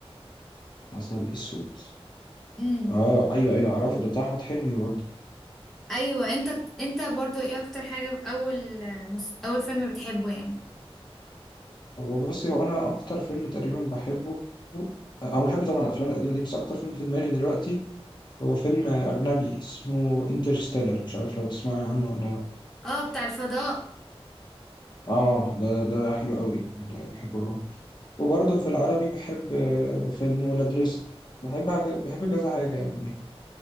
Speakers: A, on the left; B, in the centre.
A: مثلا اسود
B: امم
A: اه ايوه ايوه اعرفه ده بتاع احمد حلمي برضو
B: ايوه انت انت برضو ايه اكتر حاجة اول آه، مس- اول فيلم بتحبه يعني
A: هو بصي هو انا اكتر فيلم تقريبا بحبه آه، او بحب طبعا الافلام القديمه دي بس اكتر فيلم في دماغي دلوقتي هو فيلم اجنبي اسمه انترستيلر مش عارف لو تسمعي عنه ولا لا.
B: اه بتاع الفضاء
A: اه ده ده حلو قوي يعني بحبه وبرضه في العربي بحب آه، فيلم ولاد رزق بحب حاجة بحب كذا حاجة يعني